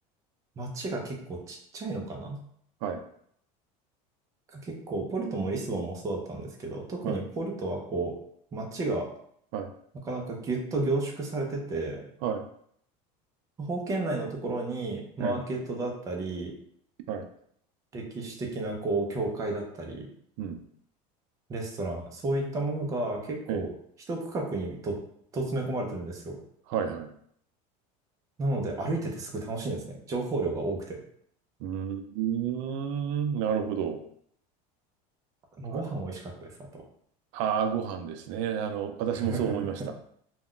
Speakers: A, on the right; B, on the right.
A: 町が結構ちっちゃいのかな
B: い、
A: 結構、ポルトもリスボンもそうだったんですけど、特にポルトはこう、
B: はい、
A: 町が
B: はい、
A: なかなかギュッと凝縮されてて、
B: はい、
A: 徒歩圏内のところにマーケットだったり、
B: ええ、はい、
A: 歴史的なこう、教会だったり、
B: うん、
A: レストラン、そういったものが結構一区画にどっと詰め込まれてるんですよ。
B: ええ、はい、はい。
A: なので歩いててすごい楽しいんですね。情報量が多くて。
B: うーん、なるほど。
A: もうご飯美味しかったです、
B: あ、
A: あと。
B: あー、ご飯ですね。あの、私もそう思いました。
A: <laughs>